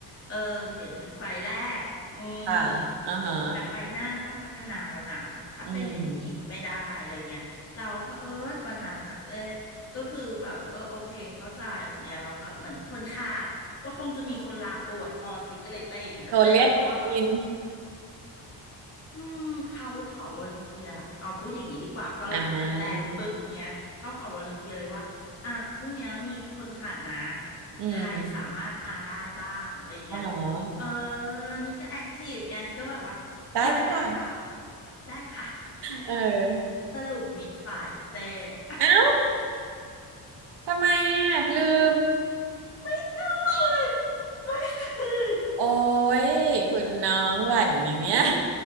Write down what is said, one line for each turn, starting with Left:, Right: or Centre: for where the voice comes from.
Left: เออเห็นเป็นไฟแรกอืม
Right: ค่ะอ่าฮะ
Left: แต่ไฟหน้าต้องพัฒนาแล้วนะถ้าเป็นอย่างนี้อีกไม่ได้อะไราเงี้ยเราเผอิญวันนั้นน่ะเจ๊
Right: อืม
Left: ก็คือแบบเออโอเคเข้าใจเงี้ยเราแล้วแบบเหมือนคนขาดก็คงจะมีคนลาป่วยคอสิกอะไรไปอย่างเงี้ยเจ๊เพราะว่าแบบ
Right: โทรเรียกอิน
Left: อืมเขาขอวอลันเทียเอาพูดอย่างนี้ดีกว่าพอหลังจากแลนด์ปุ๊บเนี้ยเขาขอวอลันเทียเลยว่าอ่ะพรุ่งเนี้ยมีคนขาดนะ
Right: อ่าอืม
Left: ใครสามารถมาได้บ้างอะไรอย่างเงี้ย
Right: อ่าฮะ
Left: เออนี่ก็แอคทีฟไงก็แบบว่า
Right: ได้ค่ะ
Left: มาได้ค่ะได้ค่ะได้ค่ะ
Right: เออ
Left: สรุปมิดฝ่ายเจ <laughs>
Right: เอ้าทำไมอ่ะลืม
Left: ไม่ตื่นไม่ตื่น
Right: โอ้ยคุณน้องไหวไหมเนี่ย
Left: ก็